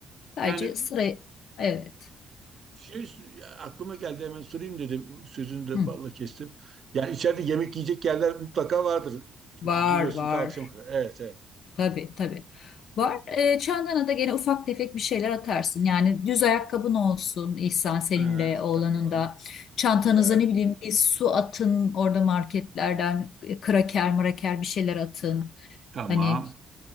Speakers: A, on the left; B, on the right.
A: Sadece
B: Yani
A: sıraya evet.
B: şey aklıma geldi hemen sorayım dedim. Sözünü de
A: Hı.
B: balla kestim. Yani içeride yemek yiyecek yerler mutlaka vardır. Çünkü
A: Var
B: giriyorsun
A: var.
B: ta akşama kadar. Evet, evet.
A: Tabii tabii. Var. E, çantana da gene ufak tefek bir şeyler atarsın. Yani düz ayakkabın olsun İhsan senin
B: Ha,
A: de oğlanın
B: tamam.
A: da. Çantanıza
B: Güzel.
A: ne bileyim bir su atın orada marketlerden e, kraker mraker bir şeyler atın.
B: Tamam.
A: Hani